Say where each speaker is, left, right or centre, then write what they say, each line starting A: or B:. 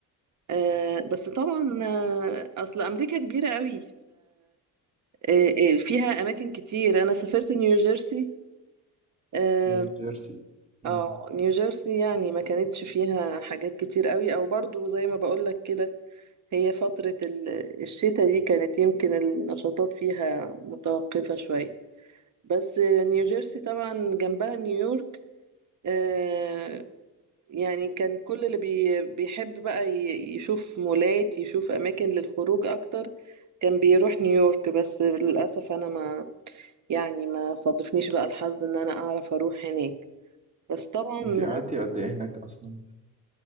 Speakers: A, on the right (about 50°); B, on the right (about 20°).
A: آه، بس طبعا آه، أصل أمريكا كبيرة قوي ففيها أماكن كتير أنا سافرت نيوجيرسي اه
B: نيو جيرسي مم.
A: آه، نيوجيرسي يعني ما كانتش فيها حاجات كتير قوي أو برضو زي ما بقولك كده هي فترة ال- الشتاء دي كانت يمكن النشاطات فيها متوقفة شوية بس نيوجيرسي طبعا جنبها نيويورك آه، يعني كان كل اللي بي بيحب بقى ي- يشوف مولات يشوف أماكن للخروج أكتر كان بيروح نيويورك بس للأسف أنا ما يعني ما صادفنيش بقى الحظ إن أنا أعرف أروح هناك بس طبعا
B: انت قعدتي قد ايه هناك اصلا